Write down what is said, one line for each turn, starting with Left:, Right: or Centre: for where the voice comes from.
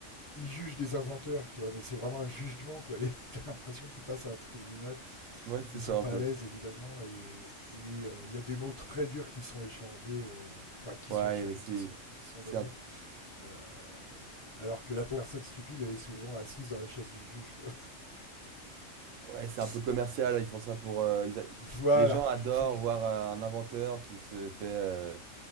Left: ils jugent des inventeurs, tu vois. Mais c'est vraiment un jugement, quoi. Les mecs, <laughs> t'as l'impression qu'ils passent à un tribunal.
Right: Ouais, c'est
Left: Ils
Right: ça
Left: sont
Right: un
Left: pas
Right: peu.
Left: à l'aise, évidemment. Et et, euh, il y a des mots très durs qui sont échangés, euh, enfin qui
Right: Ouais,
Left: sont échangés,
Right: mais c'est
Left: qui sont qui sont
Right: c'est
Left: donnés.
Right: un...
Left: Euh, alors que la personne stupide, elle est souvent assise dans la chaise du juge. Quoi.
Right: ouais,
Left: <laughs>
Right: c'est un peu commercial. Ils font ça pour. euh, ils a-
Left: voilà,
Right: Les gens adorent
Left: il faut que-
Right: voir euh, un inventeur qui se fait euh,